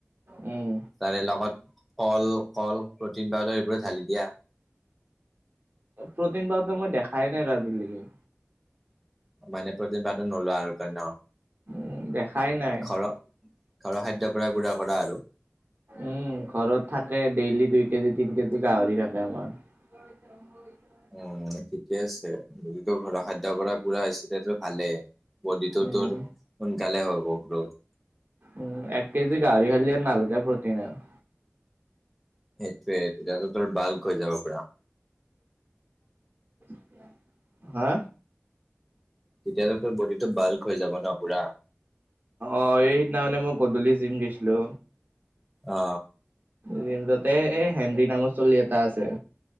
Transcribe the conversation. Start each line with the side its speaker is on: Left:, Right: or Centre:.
Right: উম।
Centre: তাৰে লগত কল কল প্ৰটিন পাউদাৰ এইবোৰে ঢালি দিয়া।
Right: প্ৰটিন পাউদাৰ মই দেখাই নাই আজিলৈকে।
Centre: মানে প্ৰটিন পাউদাৰ নলওঁ আৰু তই ন।
Right: উম দেখাই নাই।
Centre: ঘৰ ঘৰৰ খাদ্যৰ পৰাই গুৰা কৰা আৰু।
Right: উম ঘৰত থাকে ডেইলি দুই কেজি তিন কেজি গাহৰি থাকে আমাৰ। <unintelligible>
Centre: অ ঠিকে আছে যদি তো ঘৰৰ খাদ্য পৰা পুৰা হৈছে তেতিয়াটো ভালেই বডিটো
Right: উম
Centre: তোৰ সোনকালে হব গ্ৰোথ
Right: উ এক কেজি গাহৰি খালি আৰু নালগে প্ৰটিন আৰু
Centre: সেইটোৱে এতিয়াতো তোৰ বাল্ক হৈ যাব পুৰা
Right: <inaudible> হা
Centre: তেতিয়াটো তোৰ বডিটো বাল্ক হৈ যাব ন পুৰা।
Right: অ সেইদিনা খনে মই গধূলি জিম গৈছিলো।
Centre: অ
Right: জিম তাতে এ হেন্দী নামৰ ছোৱালী এটা আছে।